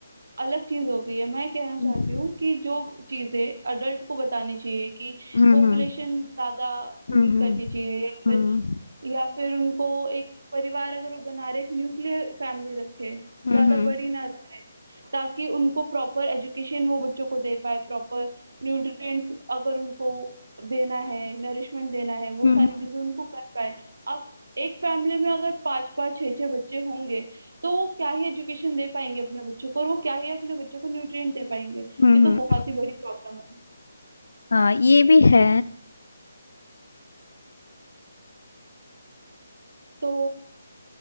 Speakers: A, on the right; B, on the left.
A: अलग चीज हो गई है मैं कहना चाहती
B: हम्म
A: हूँ कि जो चीजें अडल्ट को बतानी चाहिए कि
B: हम्म
A: पॉपुलेशन ज्यादा नहीं
B: हम्म
A: करनी चाहिए या
B: हम्म
A: फिर या फिर उनको एक परिवार अगर वो बना रहे एक न्यूक्लियर फैमिली रखे
B: हम्म
A: ज्यादा बड़ी ना ताकि उनको प्रॉपर एजुकेशन वो बच्चों को दे पाए प्रॉपर न्यूट्रिएंट्स अगर उनको देना है नरिशमेंट देना है वो
B: हम्म
A: सारी चीजें उनको कर पाए अब एक फैमिली में अगर पांच पांच छह छह बच्चे होंगे तो वो क्या ही एजुकेशन दे पाएंगे अपने बच्चों को और वो क्या ही अपने बच्चों को न्यूट्रिएंट दे पाएंगे
B: हम्म
A: ये तो बहुत ही बड़ी प्रॉब्लम है
B: हाँ ये भी है
A: तो